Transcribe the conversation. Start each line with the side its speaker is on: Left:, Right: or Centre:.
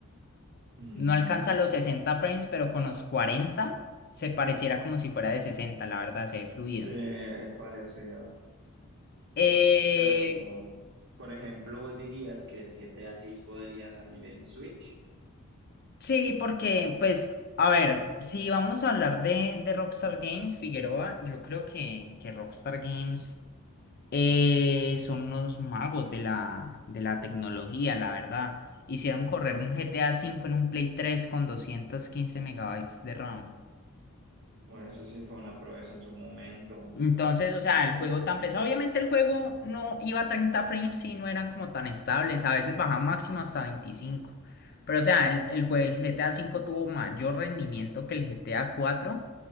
Right: Mm,
Left: No alcanza los 60 frames, pero con los 40 se pareciera como si fuera de 60, la verdad, se ve fluido.
Right: sí, es parecido.
Left: Eh,
Right: Pero, por ejemplo, ¿vos dirías que el GTA seis podría salir en Switch?
Left: sí, porque, pues, a ver, si vamos a hablar de, de Rockstar Games, Figueroa, yo creo que, que Rockstar Games eh, son unos magos de la, de la tecnología, la verdad. Hicieron correr un GTA cinco en un Play 3 con 215 megabytes de RAM.
Right: Bueno, eso sí fue una proeza en su momento.
Left: Entonces, o sea, el juego tan pesado, obviamente el juego no iba a 30 frames y no eran como tan estables, a veces bajaba máximo hasta 25. Pero, o sea, el, el juego del GTA cinco tuvo mayor rendimiento que el GTA 4